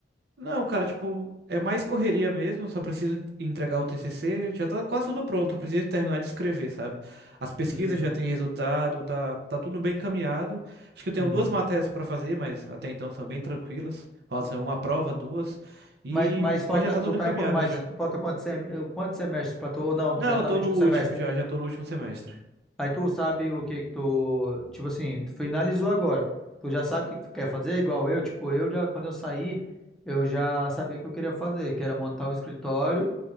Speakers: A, on the right (about 65°); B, in the centre.
A: Não, cara, tipo, é mais correria mesmo. Só preciso en- entregar o TCC. Já tá quase tudo pronto. Eu preciso terminar de escrever, sabe? As pesquisas
B: Uhum,
A: já têm resultado, tá, tá tudo bem encaminhado. Acho que eu tenho
B: uhum.
A: duas matérias pra fazer, mas até então são bem tranquilas. Falta uma prova, duas. E...
B: Mas, mas falta,
A: Mas já tá
B: tu
A: tudo
B: tá
A: encaminhado
B: em, qual- mas
A: já.
B: falta quantos, sem- quantos semestres pra tu? Ou não, tu
A: Não,
B: já tá
A: eu tô
B: no último
A: no último
B: semestre?
A: já, já tô no último semestre.
B: Aí tu sabe o que que tu, tipo assim, tu finalizou agora. Tu já sabe o que que tu quer fazer, igual eu, tipo, eu já, quando eu saí, eu já sabia o que eu queria fazer, que era montar um escritório